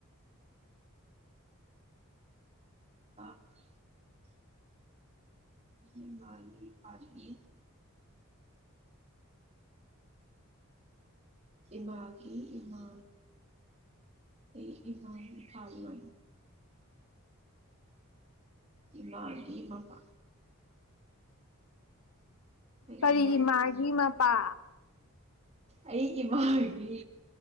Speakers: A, on the right; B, on the left.
A: <unintelligible> ꯏꯃꯥꯒꯤ ꯏꯄꯥꯒꯤ ꯏꯃꯥꯒꯤ ꯏꯃꯥ ꯑꯩ ꯏꯃꯥꯒꯤ <unintelligible> ꯀꯥꯜꯃ ꯏꯃꯥꯒꯤ ꯃꯄꯥ ꯑꯩ
B: ꯀꯔꯤꯒꯤ
A: ꯏꯃꯥꯒꯤ
B: ꯃꯥꯒꯤ
A: ꯏꯃꯥ
B: ꯃꯄꯥ
A: ꯑꯩ ꯏꯃꯥꯒꯤ